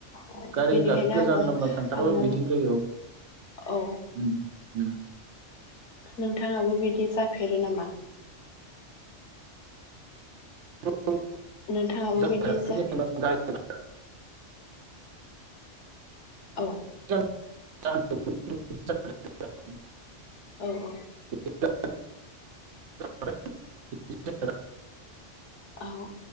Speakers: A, on the left (about 70°); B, on the right (about 75°).
A: औ
B: गारि
A: बेनिखायनो
B: गाखो गोजान
A: आङो
B: लामा थांथाराबा
A: आङो
B: बिदिनो जायो औ
A: औ
B: ओम ओम
A: नोंथाङाबो बिदि जा फेरो नामा?
B: <unintelligible>
A: नोंथाङाबो बिदि जाफे औ
B: <unintelligible>
A: औ औ
B: <unintelligible>
A: औ